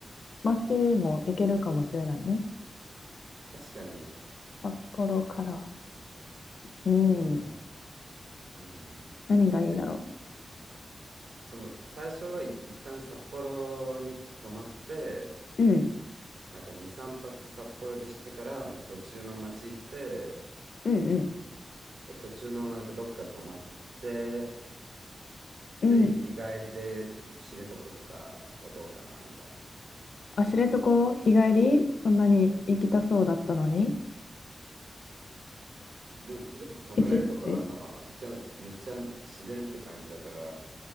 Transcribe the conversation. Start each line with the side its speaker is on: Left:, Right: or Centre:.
Left: 街も行けるかもしれないね。
Right: 確かに、
Left: 札幌から。
Right: 札幌から。
Left: うん、
Right: うん。
Left: 何がいいだろ
Right: で、その最初はい一旦札幌に泊まって
Left: う。うん、
Right: なんか2、3泊札幌でしてからなんか途中の町行って
Left: うん、
Right: で途中のなんかどっか泊まって
Left: うん。
Right: で日帰りで知床とかはどうかなみたいな
Left: うん。あ、知床、日帰り、そんなに行きたそうだったのに。
Right: でも知床泊めれるとかあるかなめっちゃめっちゃ自然って感じだから
Left: 一日、